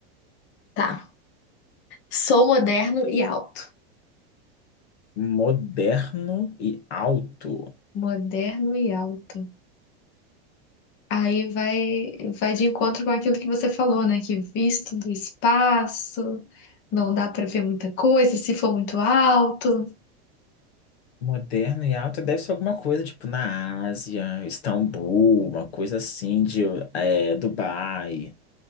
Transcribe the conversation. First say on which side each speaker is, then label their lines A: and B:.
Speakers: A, on the left; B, on the left.
A: Tá. Sou moderno e alto.
B: Moderno e alto.
A: Moderno e alto. Aí vai, vai de encontro com aquilo que você falou, né? Que visto do espaço, não dá pra ver muita coisa se for muito alto.
B: Moderno e alto deve ser alguma coisa, tipo, na Ásia, Istambul, uma coisa assim de é, Dubai.